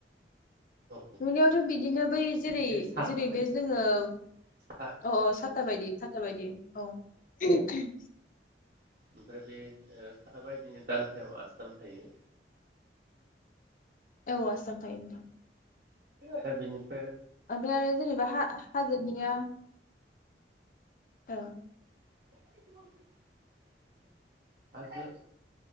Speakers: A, on the right (about 55°); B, on the left (about 45°).
A: औ
B: नुनायावथ बिदिनो बै जेरै
A: बे साथा
B: जेरै
A: बायदि
B: बे जोङो अ
A: सा
B: साथ साथा बायदि साथा बायदि औ <inaudible>
A: ओमफ्राय बे साथा बायदिनो दान्थायाव आसथाम थायो
B: औ आसथाम थायो नोंथां
A: <inaudible> दा बिनिफा
B: ओमफ्राय आरो जेनेबा ह हाजोनिया औ
A: <inaudible> <unintelligible>